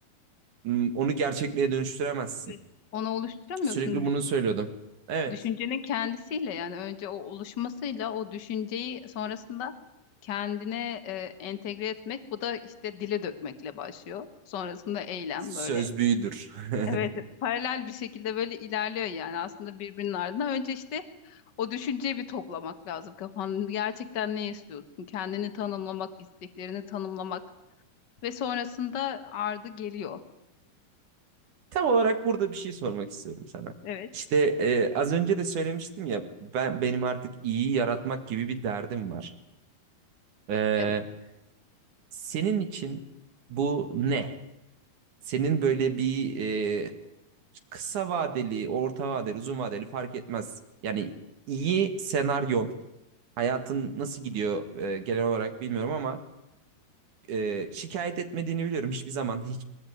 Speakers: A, on the right; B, on the left.
A: ım, onu gerçekliğe dönüştüremezsin.
B: Evet. Onu oluşturamıyorsun
A: Sürekli
B: düş-
A: bunu söylüyordum. Evet.
B: düşüncenin kendisiyle yani önce o oluşmasıyla o düşünceyi sonrasında kendine e, entegre etmek bu da işte dile dökmekle başlıyor. Sonrasında eylem
A: Söz
B: böyle
A: büyüdür. <laughs>
B: Evet, paralel bir şekilde böyle ilerliyor yani aslında birbirinin ardından. Önce işte o düşünceyi bir toplamak lazım kafanı. Gerçekten ne istiyorsun? Kendini tanımlamak, isteklerini tanımlamak ve sonrasında ardı geliyor.
A: Tam olarak burada bir şey sormak istiyorum sana.
B: Evet,
A: İşte e, az önce de söylemiştim ya ben benim artık iyi yaratmak gibi bir derdim var. E,
B: evet.
A: senin için bu ne? Senin böyle bir e, kısa vadeli, orta vadeli, uzun vadeli fark etmez. Yani iyi senaryon, hayatın nasıl gidiyor e, genel olarak bilmiyorum ama e, şikayet etmediğini biliyorum hiçbir zaman